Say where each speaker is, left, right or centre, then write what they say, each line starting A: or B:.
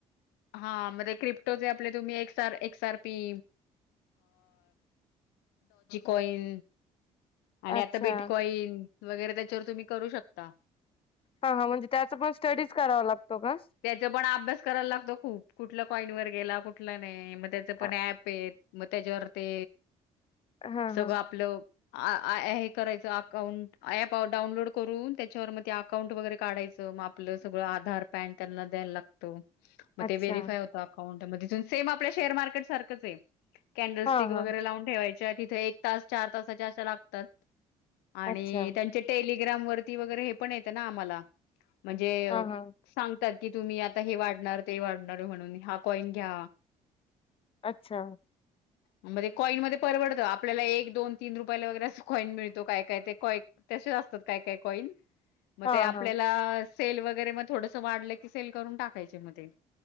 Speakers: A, on the left; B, on the left.
A: हा म्हजे क्रिप्ट तुमरी कॉइन आणि
B: अच्छा
A: आता बीटकॉईन वगैरे त्याच्यावर तुम्ही करू शकता.
B: हा हा म्हणजे त्याच पण स्टडीज करावा लागतो का?
A: त्याचा पण अभ्यास करायला लागतो खूप कुठल्या कॉईन वर गेला, कुठला नाही म त्याच
B: अ,
A: पण ऍप आहे मग त्याच्यावर ते
B: हा
A: सगळं
B: हा.
A: आपलं आ ऍ ॲ हे करायचं अकाउंट ऍप डाउनलोड करून, त्याच्यावर मग ते अकाउंट वगैरे काढायचं मग आपलं सगळं आधार, पॅन त्यांना द्यायला लागत मगं
B: अच्छा
A: ते व्हेरिफाय होतं अकाउंट मध्ये. सेम आपल्या शेअर मार्केट सारखंच आहे कॅनडल, स्टिक
B: हा
A: वगैरे
B: हा
A: लावून ठेवायच्या तिथे एक चार तास असे लागतात आणि
B: अच्छा
A: त्यांचे टेलि ग्राम वरती वगैरे हे पण येत ना आम्हाला म्हणजे
B: हा हा
A: सांगतात की तुम्ही आता हे वाढणार ते वाढणार म्हणून हा कॉइन घ्या.
B: अच्छा.
A: मग ते कॉइनमध्ये परवडत आप आपल्याला एक दोन तीन रुपयाला वगैरे अस कॉईन मिळतो काय काय कॉय तसेच असतात काय काय कॉइन. मग
B: हा
A: ते आपल्याला
B: हा
A: सेल वगैरे मग थोडस वाढलं की सेल करून टाकायचे मग ते.